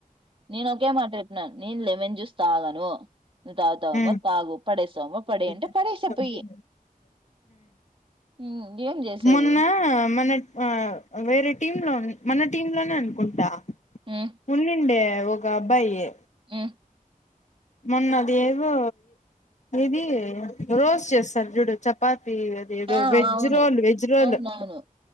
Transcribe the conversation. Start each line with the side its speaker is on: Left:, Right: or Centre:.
Right: నేను ఒకే మాట చెప్పినట్టు మం చూస్తాగాను తవుతావ
Left: ఉమ్
Right: మరి తాగు పడేేశ అమ్మ పడేంట
Left: ఉమ్
Right: పడేేశా పోయి హ్మ్ ఏం చేసేది
Left: మొన్న మన ఆ వేరే టీమ్ లో మన టీమ్ లోనే అనుకుంటా
Right: హ్మ్
Left: ఉన్నండే ఏవో గా అబాయ
Right: హ్మ్
Left: మొన్నది ఏదో ఇది రోస్ చేస్తారు చూడు చపాతి ది ఏదో
Right: ఆ
Left: వెజ్
Right: అవును
Left: రోల్ వెజ్ రోల్
Right: అవునవును